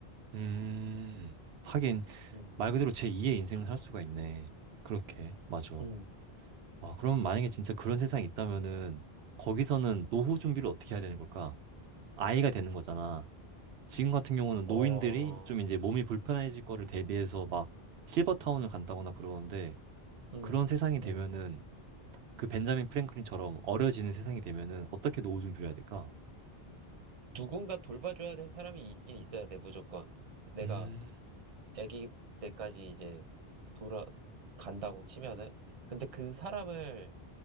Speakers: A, on the right (about 85°); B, on the right (about 40°).
A: 음. 하긴,
B: 음,
A: 말 그대로 제2의 인생을 살 수가 있네. 그렇게, 맞아.
B: 음,
A: 와, 그럼 만약에 진짜 그런 세상이 있다면은 거기서는 노후 준비를 어떻게 해야 되는 걸까? 아이가 되는 거잖아. 지금 같은 경우는
B: 어,
A: 노인들이 좀 이제 몸이 불편해질 거를 대비해서 막 실버타운을 간다거나 그러는데
B: 음,
A: 그런 세상이 되면은
B: 음.
A: 그 벤자민 프랭클린처럼 어려지는 세상이 되면은 어떻게 노후 준비를 해야 될까?
B: 누군가 돌봐줘야 될 사람이 있긴 있어야 돼, 무조건. 내가
A: 음,
B: 아기 때까지 이제 돌아간다고 치면은. 근데 그 사람을